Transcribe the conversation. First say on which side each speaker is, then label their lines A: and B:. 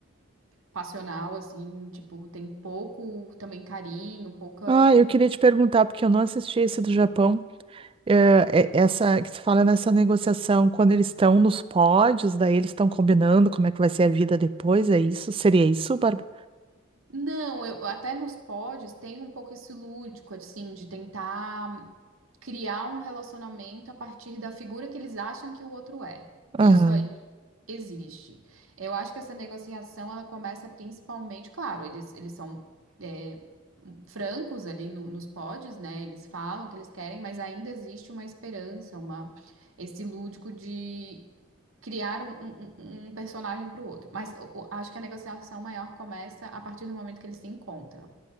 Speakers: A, on the right; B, on the right.
A: passional, assim, tipo, tem pouco também carinho, pouca.
B: Ah, eu queria te perguntar, porque eu não assisti esse do Japão, é, é- essa que se fala nessa negociação, quando eles estão nos pódios, daí eles estão combinando como é que vai ser a vida depois, é isso? Seria isso, Bárbara?
A: Não, eu, até nos pods tem um pouco esse lúdico, assim, de tentar criar um relacionamento a partir da figura que eles acham que o outro é.
B: Aham,
A: Isso aí Existe. Eu acho que essa negociação ela começa principalmente, claro, eles, eles são é, francos ali no- nos pods, né? Eles falam o que eles querem, mas ainda existe uma esperança, uma esse lúdico de criar um, um- um- um personagem para o outro. Mas o- o- acho que a negociação maior começa a partir do momento que eles se encontram